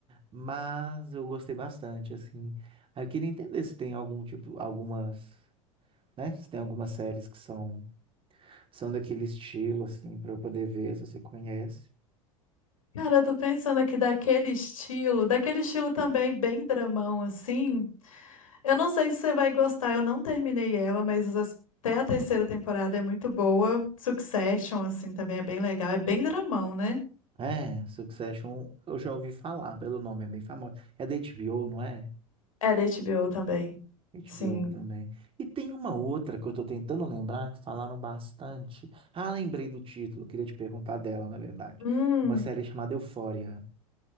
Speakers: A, on the right; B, on the left.
A: mas eu gostei bastante, assim. Aí Eu queria entender se tem algum tipo, algumas, né? Se tem algumas séries que são, são daquele estilo, assim, para eu poder ver, se você conhece.
B: Cara, eu tô pensando aqui daquele estilo, daquele estilo também bem dramão, assim. Eu não sei se você vai gostar, eu não terminei ela, mas as- até a terceira temporada é muito boa. Succession, assim, também é bem legal. É bem dramão, né?
A: É, Succession, eu já ouvi falar pelo nome, é bem famoso. É da HBO, não é?
B: É da HBO também.
A: HBO
B: Sim.
A: também. E tem uma outra que eu tô tentando lembrar, que falaram bastante. Ah, lembrei do título, queria te perguntar dela, na verdade.
B: Hum.
A: Uma série chamada Euphoria.